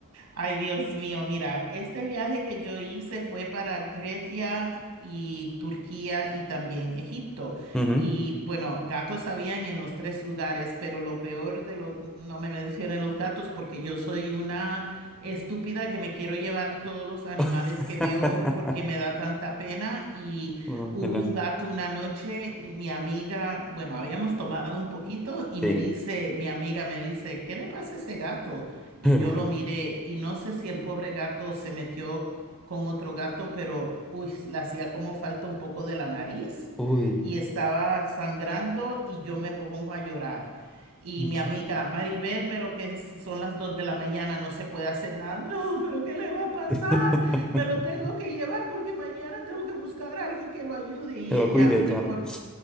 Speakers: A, on the right; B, in the centre.
A: Ay, Dios mío, mira, este viaje que yo hice fue para Grecia y Turquía y también Egipto.
B: Ujú.
A: Y bueno, gatos habían en los tres lugares, pero lo peor de los, no me mencionen los gatos porque yo soy una estúpida que me quiero llevar todos los animales
B: <laughs>
A: que veo porque me da tanta pena. Y
B: Oh,
A: hubo
B: hello.
A: un gato una noche, mi amiga, bueno, habíamos tomado un poquito y
B: Sí.
A: me dice, mi amiga me dice, ¿qué le pasa a ese gato? y
B: <laughs>
A: yo lo miré y no sé si el pobre gato se metió con otro gato, pero uy, le hacía como falta un poco de la nariz
B: Uy,
A: y estaba sangrando y yo me pongo a llorar. Y
B: en
A: mi
B: serio.
A: amiga Maribel, pero que es- son las 2 de la mañana, no se puede hacer nada. No, pero ¿qué le va a pasar?
B: <laughs>
A: Me lo tengo que llevar porque mañana tengo que buscar a alguien que lo ayude. Y
B: que lo
A: ella,
B: cuide,
A: uy,
B: claro.
A: ¿por, qué?